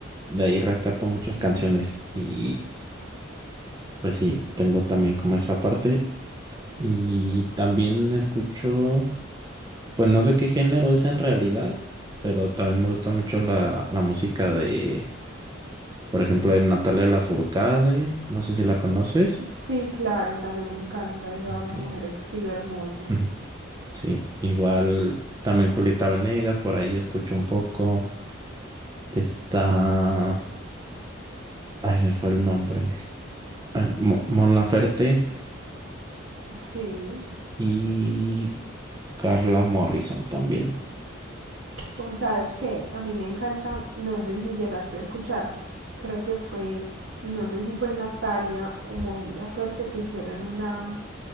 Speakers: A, on the right; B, on the right.
A: de ahí rescato muchas
B: sí,
A: canciones y pues sí, tengo también como esa parte. Y también escucho, pues no sé qué género es en realidad, pero también me gusta mucho la, la música de, por ejemplo, de Natalia Lafourcade, no sé si la conoces.
B: sí, claro, también me encanta, esa
A: Ok.
B: mujer escribe hermoso,
A: <laughs> Sí, igual también Julieta Venegas, por ahí escucho un poco. Está, ay, se me fue el nombre. eh, Mo- Mon Laferte
B: sí.
A: y Carla Morrison también.
B: O sabes que a mí me encanta, no sé si llegaste a escuchar, creo que fue, no sé si fue Natalia o Mon Laferte que hicieron una